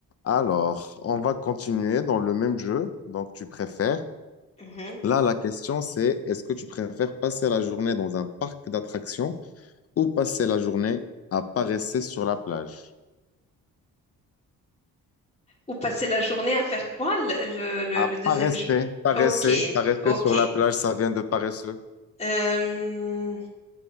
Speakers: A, on the left; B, on the left.
A: Alors, on va continuer dans le même jeu. Donc, tu préfères.
B: Mhm.
A: Là, la question, c'est est-ce que tu préfères passer la journée dans un parc d'attractions ou passer la journée à paresser sur la plage?
B: Ou passer la journée à faire quoi, le, le- le-
A: À
B: le deuxième
A: paresser,
B: jeu?
A: paresser,
B: Ok,
A: paresser
B: ok.
A: sur la plage, ça vient de paresseux.
B: Euh,